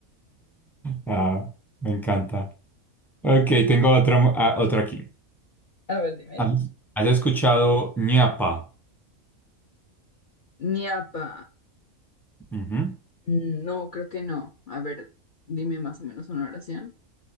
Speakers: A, in the centre; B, on the left (about 45°).
A: Ah, me encanta. Ok, tengo otro mu- ah, otra aquí.
B: A ver, dime.
A: ¿Has has escuchado ñapa?
B: Ñapa.
A: Ujú.
B: No, creo que no. A ver, dime más o menos una oración.